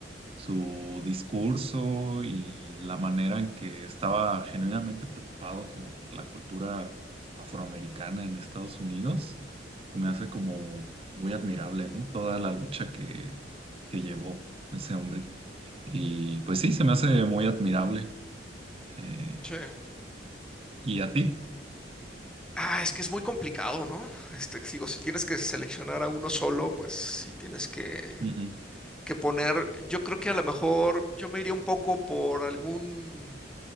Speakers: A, on the right; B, in the centre.
A: su discurso y la manera en que estaba genuinamente preocupado como por la cultura afroamericana en Estados Unidos. Me hace como muy admirable, ¿no? Toda la lucha que, que llevó ese hombre. Y pues sí, se me hace muy admirable. Eh,
B: Sí.
A: ¿y a ti?
B: Ah, es que es muy complicado, ¿no? Este, sigo, si tienes que seleccionar a uno solo, pues sí tienes que
A: Ujú.
B: que poner. Yo creo que a lo mejor yo me iría un poco por algún,